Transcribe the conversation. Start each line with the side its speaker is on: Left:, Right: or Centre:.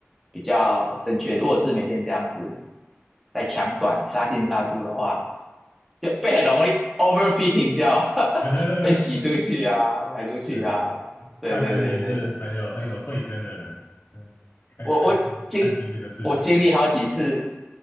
Centre: 比较正确。如果是每天这样子在抢短杀进杀出的话，就被很容易 overfitting 掉，
Left: 对，
Centre: <laughs>
Left: <laughs>
Centre: 被洗出去啊，排出去啊。
Left: 嗯，
Centre: 对对对对对，
Left: 大哥你也是很有很有慧根的人，嗯，看看清看清这个市场，
Centre: 我我经我经历好几次，